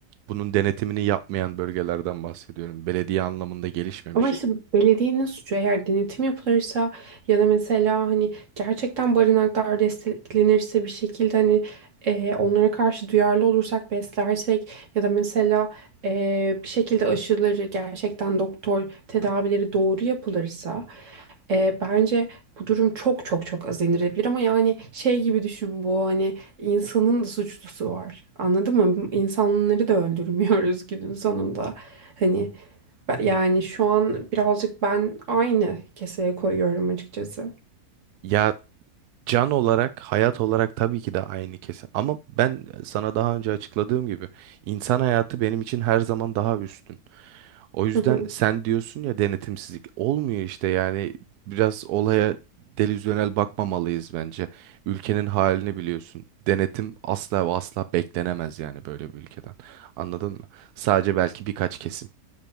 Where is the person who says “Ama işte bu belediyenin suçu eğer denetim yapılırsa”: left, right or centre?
Right